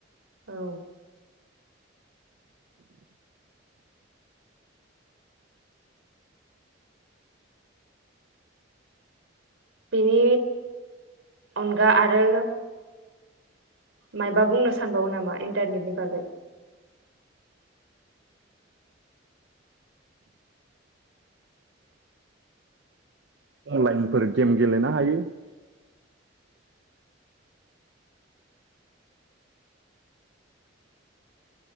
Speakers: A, on the right; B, on the right.
A: औ बिनि अनगा आरो मायबा बुंनो सानबावो नामा इन्टारनेटनि बागै
B: अनलाइनफोर गेम गेलेनो हायो